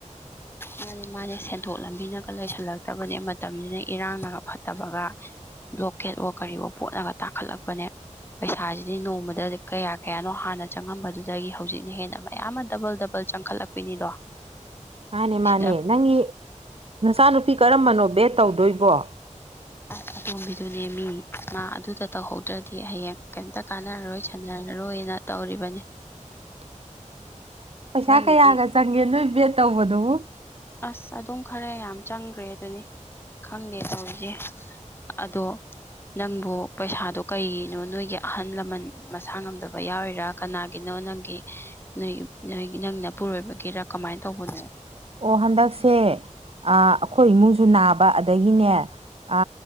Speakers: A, on the left (about 15°); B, on the right (about 50°).
A: ꯃꯥꯅꯦ ꯃꯥꯅꯦ ꯁꯦꯟꯊꯣꯛ ꯂꯝꯕꯤꯅꯒ ꯂꯩꯁꯜꯂꯛ ꯇꯕꯅꯦ ꯃꯇꯝꯁꯤꯅ ꯏꯔꯥꯡꯅꯒ ꯐꯠꯇꯕꯒ꯫ ꯕ꯭ꯂꯣꯀꯦꯠ ꯑꯣ ꯀꯔꯤꯋꯣ ꯄꯣꯠꯅꯒ ꯇꯥꯡꯈꯠꯂꯛꯄꯅꯦ꯫ ꯄꯩꯁꯥꯁꯤꯗꯤ ꯅꯣꯡꯃꯗ ꯀꯌꯥ ꯀꯌꯥꯅꯣ ꯍꯥꯟꯅ ꯆꯪꯉꯝꯕꯗꯨꯗꯒꯤ ꯍꯧꯖꯤꯛꯅ ꯍꯦꯟꯅ ꯃꯌꯥꯝ ꯑꯃ ꯗꯕꯜ ꯗꯕꯜ꯫ ꯆꯪꯈꯠꯂꯛꯄꯤꯅꯤꯗꯣ꯫
B: ꯃꯥꯅꯦ ꯃꯥꯅꯦ
A: ꯁꯤꯗ
B: ꯅꯪꯒꯤ ꯅꯆꯥꯅꯨꯄꯤ ꯀꯔꯝꯕꯅꯣ ꯕꯦꯠ ꯇꯧꯗꯣꯏꯕꯣ꯫
A: ꯑꯁ ꯑꯇꯣꯝꯕꯤꯗꯨꯅꯦ ꯃꯤ ꯃꯥ ꯑꯗꯨꯗ ꯇꯧꯍꯧꯗ꯭ꯔꯗꯤ ꯍꯌꯦꯡ ꯀꯩꯝꯇ ꯀꯥꯟꯅꯔꯔꯣꯏ ꯆꯟꯅꯔꯔꯣꯏꯅ꯫ ꯇꯧꯔꯤꯕꯅꯦ꯫
B: <inaudible> ꯄꯩꯁꯥ
A: ꯅꯪꯒꯤꯗꯤ
B: ꯀꯌꯥꯒ ꯆꯪꯒꯦ ꯅꯣꯏ ꯕꯦꯠ ꯇꯧꯕꯗꯨꯕꯨ꯫
A: ꯑꯁ ꯑꯗꯨꯝ ꯈꯔ ꯌꯥꯝ ꯆꯪꯈ꯭ꯔꯦ ꯑꯗꯨꯅꯤ ꯈꯪꯗꯦ ꯇꯧꯔꯤꯁꯦ꯫ ꯑꯗꯣ꯫ ꯅꯪꯕꯨ ꯄꯩꯁꯥꯗꯣ ꯀꯩꯅꯣ ꯅꯣꯏꯒꯤ ꯑꯍꯟ ꯂꯃꯟ ꯃꯁꯥ ꯉꯝꯗꯕ ꯌꯥꯎꯔꯤꯔꯥ꯫ ꯀꯅꯥꯒꯤꯅꯣ ꯅꯪꯒꯤ ꯅꯣꯏ ꯅꯣꯏ ꯅꯪ ꯅꯄꯨꯔꯣꯏꯕꯒꯤꯔ ꯀꯃꯥꯏꯅ ꯇꯧꯕꯅꯣ꯫
B: ꯑꯣ ꯍꯟꯗꯛꯁꯦ ꯑ ꯑꯩꯈꯣꯏ ꯏꯃꯨꯡꯁꯨ ꯅꯥꯕ ꯑꯗꯒꯤꯅꯦ꯫ ꯑ